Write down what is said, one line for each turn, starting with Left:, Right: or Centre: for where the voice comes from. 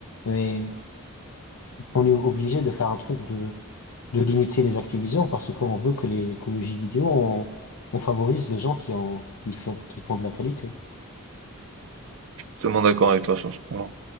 Left: Mais on est obligé de faire un truc de, de limiter les activisions parce qu'on veut que l'écologie vidéo, on, on favorise les gens qui en, qui font, qui font de la qualité.
Right: totalement d'accord avec toi sur ce point.